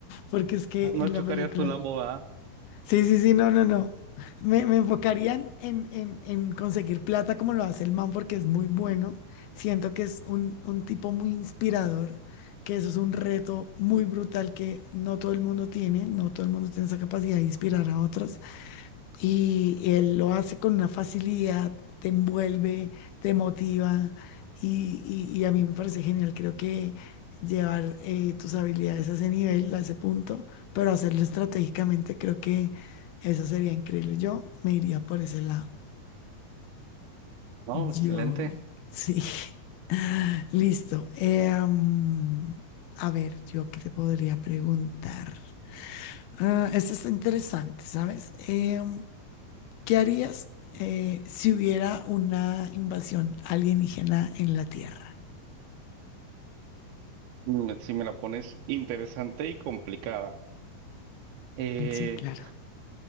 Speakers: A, on the left; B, on the right.
A: porque es que
B: No
A: en
B: chocarías
A: la película...
B: tu Lambo, ¿verdad?
A: Sí, sí, sí, no, no, no. Me, me enfocarían en, en- en conseguir plata como lo hace el man porque es muy bueno. Siento que es un, un tipo muy inspirador, que eso es un reto muy brutal que no todo el mundo tiene, no todo el mundo tiene esa capacidad de inspirar a otros. Y él lo hace con una facilidad, te envuelve, te motiva y, y- y a mí me parece genial. Creo que llevar eh, tus habilidades a ese nivel, a ese punto, pero hacerlo estratégicamente, creo que eso sería increíble. Yo me iría por ese lado.
B: No,
A: Yo,
B: excelente.
A: sí. <laughs> Listo. Em, a ver, yo qué te podría preguntar. Ah, esto está interesante, ¿sabes? Em, ¿Qué harías eh, si hubiera una invasión alienígena en la Tierra?
B: Mm, Si me la pones interesante y complicada. Eh,
A: Sí, claro.